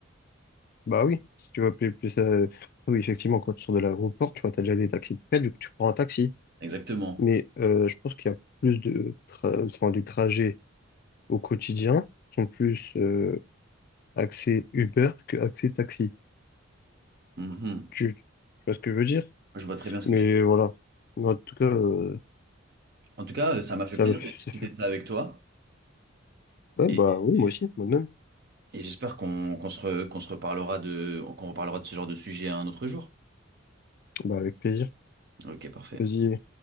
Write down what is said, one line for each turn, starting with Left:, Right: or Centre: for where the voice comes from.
Left: Bah oui, si tu veux plus, plus euh, oui, effectivement, quand tu sors de l'aéroport, tu vois, t'as déjà des taxis de prête, du coup, tu prends un taxi.
Right: Exactement.
Left: Mais euh, je pense qu'il y a plus de, tra- enfin, les trajets au quotidien sont plus euh, axés Uber que axés taxi.
Right: Mhm.
Left: Tu, tu vois ce que je veux dire?
Right: Je vois très bien ce
Left: Mais
Right: que tu veux.
Left: voilà. Mais en tout cas, euh,
Right: En tout cas, euh, ça m'a fait
Left: ça
Right: plaisir
Left: me fait,
Right: de discuter
Left: ça fait-
Right: de ça avec toi.
Left: Ouais,
Right: Et,
Left: bah oui,
Right: et
Left: moi aussi, moi-même.
Right: et j'espère qu'on qu'on se, re- qu'on se reparlera de, qu'on reparlera de ce genre de sujet un autre jour.
Left: Bah avec plaisir.
Right: Ok, parfait.
Left: Vas-y,